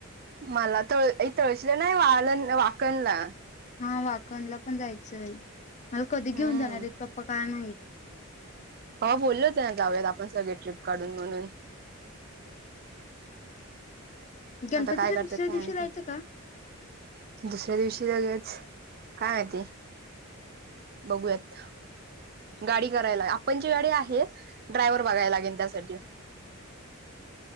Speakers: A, on the right; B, on the left.
A: मलां तुळं तुळशीला नाहीं वां वांकणलां
B: हां वांकणलां पणं जायचं आहे मलां कधीं
A: हम्म
B: घेऊंन जाणारं आहेतं पप्पां कायं माहित
A: हांव बोले होते नां जाव्यांत आपणं सगळें ट्रीप काढूंन म्हणूंन
B: गणपतीच्या
A: आंता कायं करते
B: दुसऱ्या
A: कायं
B: दिवशी जायचं
A: माहित
B: का
A: दुसऱ्यां दिवशी लगेच कायं माहिती बघूंयात गांडी करांयला लां आपणंची गांडी आहे ड्रायव्हंर बघांयला लागेल त्यांसाठी